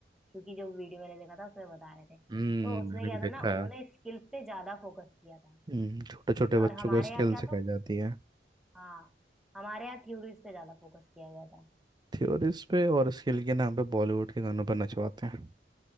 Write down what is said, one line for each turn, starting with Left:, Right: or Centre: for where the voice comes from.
Centre: क्योंकि जो वीडियो मैंने देखा था उसमें बता रहे थे तो
Right: हम्म
Centre: उसमें
Right: मैंने
Centre: क्या
Right: भी
Centre: था
Right: देखा
Centre: ना उन्होंने
Right: है
Centre: स्किल्स पे ज्यादा फोकस किया था
Right: हम्म छोटे छोटे
Centre: और
Right: बच्चों
Centre: हमारे
Right: को स्किल
Centre: यहाँ क्या
Right: सिखाई
Centre: था
Right: जाती है
Centre: हाँ हमारे यहाँ थ्योरीज पे ज्यादा फोकस किया गया था
Right: थ्योरीज पे और स्किल के नाम पे बॉलीवुड के गानों पर नचवाते हैं